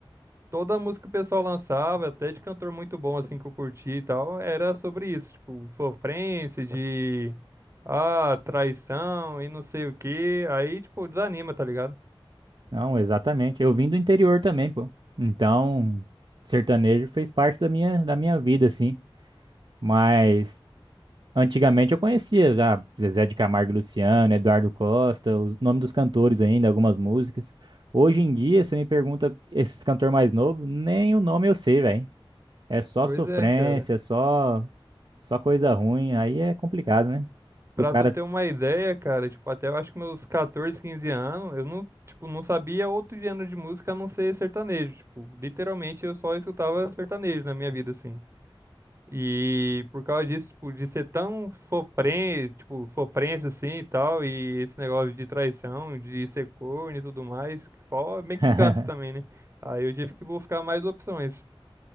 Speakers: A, on the right (about 30°); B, on the right (about 55°).
A: toda a música que o pessoal lançava, até de cantor muito bom, assim, que eu curti e tal, era sobre isso. Tipo, sofrência, de, ah, traição e não sei o quê. Aí, tipo, desanima, tá ligado?
B: Não, exatamente. Eu vim do interior também, pô. Então, sertanejo fez parte da minha, da minha vida, assim. Mas. Antigamente eu conhecia já Zezé de Camargo e Luciano, Eduardo Costa, os nomes dos cantores ainda, algumas músicas. Hoje em dia, você me pergunta esses cantores mais novos, nem o nome eu sei, velho. É só
A: Pois
B: sofrência,
A: é, cara.
B: só só coisa ruim, aí é complicado, né? Que
A: Pra
B: o cara
A: tu ter uma ideia, cara, tipo, até eu acho que meus 14, 15 anos, eu não, tipo, não sabia outro gênero de música a não ser sertanejo. Tipo, literalmente eu só escutava sertanejo na minha vida, assim. E por causa disso, tipo, de ser tão sofrência, tipo, sofrência assim e tal, e esse negócio de traição, de ser corno e tudo mais, que só meio
B: <laughs>
A: que cansa também, né? Aí eu tive que buscar mais opções.